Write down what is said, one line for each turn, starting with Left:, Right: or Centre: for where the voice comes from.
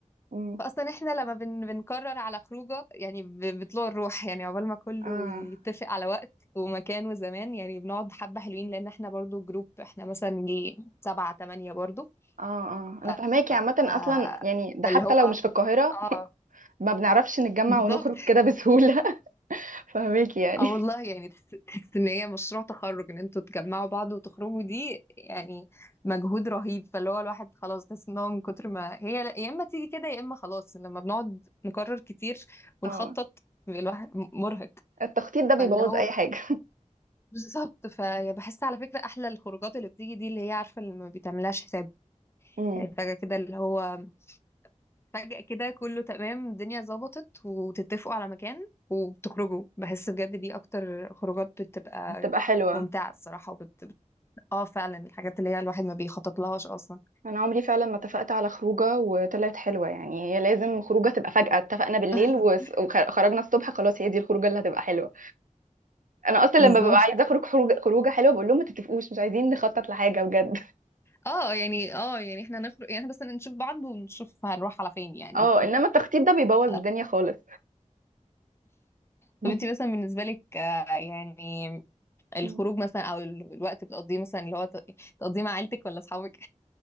Right: امم
Left: فاصلا احنا لما بن بنقرر على خروجه يعني ب- بطلوع الروح يعني عقبال ما كله
Right: اه
Left: يتفق على وقت ومكان وزمان يعني بنقعد حبة حلوين لان احنا برضو جروب احنا مثلا جي سبعة تمانية برضو
Right: اه اه
Left: ف
Right: انا فهماكي عامة اصلا
Left: آه،
Right: يعني ده
Left: فاللي
Right: حتى
Left: هو
Right: لو مش في القاهرة
Left: اه
Right: ما بنعرفش نتجمع
Left: بالظبط
Right: ونخرج كده بسهولة <laughs> فهماكي يعني
Left: اه والله يعني تحس تحس ان هي مشروع تخرج ان انتوا تجمعوا بعض وتخرجوا دي يعني مجهود رهيب فاللي هو الواحد خلاص تحس ان هو من كتر ما هي لا- يا اما تيجي كده يا اما خلاص لما بنقعد نكرر كتير ونخطط
Right: اه
Left: الواحد مرهق
Right: التخطيط ده بيبوظ
Left: فاللي هو
Right: اي حاجة
Left: بالظبط فبحس على فكرة احلى الخروجات اللي بتيجي دي اللي هي عارفة اللي ما بتعملهاش حساب
Right: امم
Left: يعني فجأة كده اللي هو فجأة كده كله تمام الدنيا ظبطت وتتفقوا على مكان وبتخرجوا بحس بجد دي أكتر خروجات بتبقى
Right: بتبقى حلوة
Left: ممتعة الصراحة وبت... اه فعلا الحاجات اللي هي الواحد ما بيخطط لهاش أصلا
Right: انا عمري فعلا ما اتفقت على خروجه وطلعت حلوه يعني هي لازم خروجه تبقى فجاه اتفقنا بالليل
Left: <laughs>
Right: وس- وخرجنا الصبح خلاص هي دي الخروجه اللي هتبقى حلوه انا اصلا
Left: بالظبط
Right: لما ببقى عايزه اخرج خروجه خروجه حلوه بقول لهم ما تتفقوش مش عايزين نخطط لحاجه بجد <laughs>
Left: اه يعني اه يعني احنا هنخرج يعني احنا بس نشوف بعض ونشوف هنروح على فين يعني
Right: اه انما التخطيط ده بيبوظ
Left: آه،
Right: الدنيا خالص <laughs>
Left: طب انت مثلا بالنسبة لك آه، يعني الخروج
Right: مم.
Left: مثلا او ال- الوقت بتقضيه مثلا اللي هو ت- تقضيه مع عيلتك ولا اصحابك؟